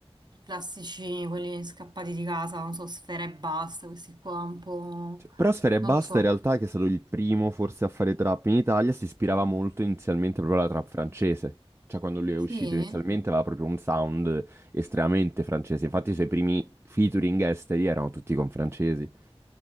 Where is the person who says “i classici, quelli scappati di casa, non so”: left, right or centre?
Right